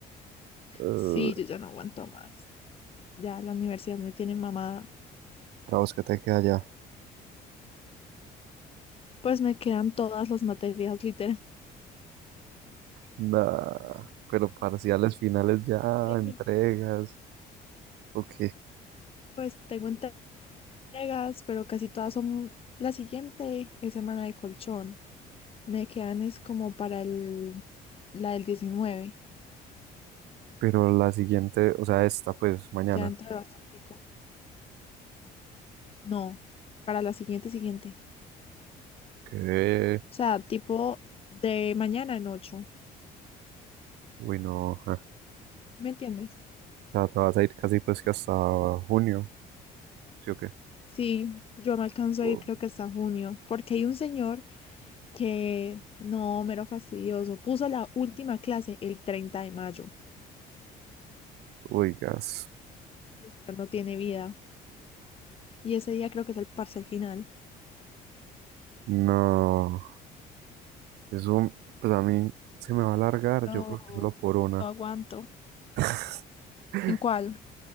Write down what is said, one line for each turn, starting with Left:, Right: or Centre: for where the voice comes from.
Right: Eh,
Left: Sí, yo ya no aguanto más. Ya la universidad me tiene mamada.
Right: para vos que te queda ya.
Left: Pues me quedan todas las materias, literal.
Right: Nah, pero parciales finales ya,
Left: Eh,
Right: entregas,
Left: mi-
Right: ok.
Left: Pues tengo entregas, pero casi todas son... La siguiente es semana de colchón. Me quedan es como para el... la del 19.
Right: Pero la siguiente, o sea, esta pues mañana.
Left: Ya entré bastante. No, para la siguiente, siguiente.
Right: Que,
Left: O sea, tipo de mañana en 8.
Right: uy, no, ja.
Left: ¿Me entiendes?
Right: O sea, te vas a ir casi pues que hasta junio, ¿sí o qué?
Left: Sí, yo me alcanzo
Right: O-
Left: a ir creo que hasta junio, porque hay un señor que, no, mero fastidioso, puso la última clase el 30 de mayo.
Right: Uy, gas.
Left: Ese señor no tiene vida. Y ese día creo que es el parcial final.
Right: No, eso, pues a mí se me va a alargar,
Left: No,
Right: yo creo que solo por una.
Left: no aguanto.
Right: <laughs>
Left: ¿En cuál?